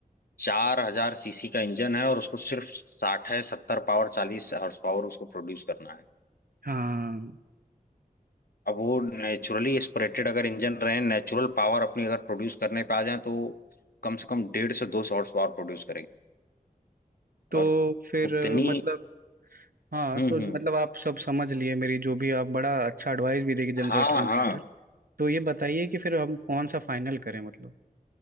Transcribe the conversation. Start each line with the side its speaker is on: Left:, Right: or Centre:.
Left: चार हजार सीसी का इंजन है और उसको सिर्फ साठ है सत्तर पावर चालीस हॉर्स पावर उसको प्रोड्यूस करना है
Right: हाँ
Left: अब वो नेचुरली एस्पिरेटेड अगर इंजन रहे नेचुरल पावर अपनी अगर प्रोड्यूस करने पे आ जाए तो कम से कम डेढ़ से दो सौ हॉर्स पावर प्रोड्यूस
Right: तो
Left: और
Right: फिर
Left: उतनी
Right: अ, मतलब हाँ
Left: हम्म
Right: तो मतलब
Left: हम्म
Right: आप सब समझ लिए मेरी जो भी आप बड़ा अच्छा एडवाइस भी देगी जनरेटर
Left: हाँ
Right: इन्वर्टर
Left: हाँ
Right: तो ये बताइए कि फिर हम कौन सा फाइनल करें मतलब